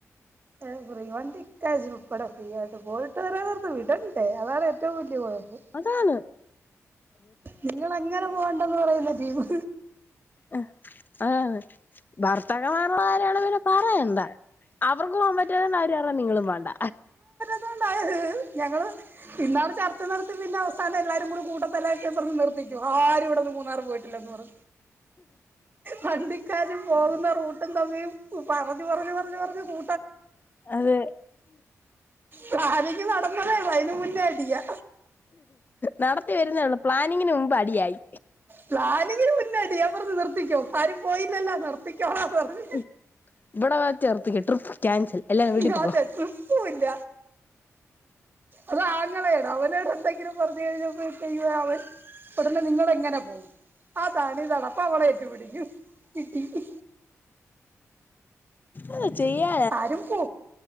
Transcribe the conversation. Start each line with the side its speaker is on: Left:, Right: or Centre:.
Right: എ ഫ്രീ വണ്ടിക്കാശ് ഉൾപ്പെടെ ഫ്രീ ആയിട്ട് പോയിട്ട് വരാൻ അവരോന്ന് വിടണ്ടെ അതാണ് ഏ എറ്റം വല്യ കൊഴപ്പം.
Left: അതാന്ന്.
Right: നിങ്ങളെങ്ങനെ പോകണ്ടന്ന് പറയുന്ന റ്റീമ്
Left: ആഹ് അതാണ് ഭർ ർത്താക്കമാര്ടെ കാര്യയാണെ പിന്നെ പറയണ്ട അവർക്ക് പോവാൻ പറ്റുവെലന്നാ അവര് പറയ്ന്നേ നിങ്ങളും പോണ്ട.
Right: ദാ ഒണ്ടായത് ഞങ്ങള് ഇന്നാള് ചർച്ച നടത്തി പിന്നെ അവസാനം എല്ലാരും കൂടി കൂട്ടത്തല്ലായ്ട്ട് പറഞ് നിർ ത്തിക്കു ആരും ഇവ്ട്‌ന്ന് മൂന്നാർ പോയിട്ടില്ലന്ന് പറ വണ്ടിക്കാശും പോക്ന്ന റൂട്ടും തമ്മി പറഞ്ഞു പറഞ്ഞു പറഞ്ഞു പറഞ്ഞു കൂ
Left: അതെ.
Right: പ്ലാനിങ് നടന്നതേഒള്ള് അയ്ന് മുന്നേ അടിയാ.
Left: നടത്തി വര്ന്നെ ഒള്ള് പ്ലാനിങ്ങിന് മുമ്പ് അടിയായി.
Right: പ്ലാനിങ്ങിന് മുന്നോഅടി ഞാൻ പറഞ്ഞു നിർത്തിക്കോ ആരും പോയില്ലല്ലോ നിർത്തിക്കോളാൻ പറഞ്ഞു.
Left: ഉം ഇബടെവെച്ച്ർത്തിക്കൊ ട്രിപ്പ് ക്യാൻസൽ. എല്ലാരും വീട്ടിൽ
Right: ഇഹ്
Left: പൊക്കോ
Right: അതെ ട്രിപ്പും വില്ല അതാങ്ങളേടെ അവനോടെന്തെങ്കിലും. പറഞ് കഴിഞപ്പഴ്തേക്കും അവൻ ഒടനെ നിങ്ങള് എങ്ങനെ പോവും അതാണ് തലപ്പവളെറ്റ് പിടിക്കും കിട്ടി കി
Left: അത് ചെയ്യാ
Right: ആരും പൂ